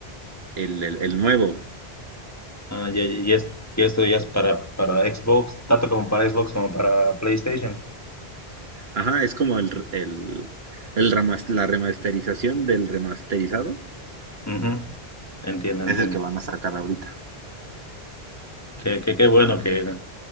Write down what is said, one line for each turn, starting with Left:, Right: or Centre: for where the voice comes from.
Right: el, el- el nuevo.
Left: Ah, ya, y, es- y esto ya es para, para Xbox, tanto como para Xbox como para PlayStation.
Right: Ajá, es como el, el, el remas- la remasterización del remasterizado.
Left: Ujú. Entiendo,
Right: Es
Left: entiendo.
Right: el que van a sacar ahorita.
Left: Qué, qué, qué bueno que,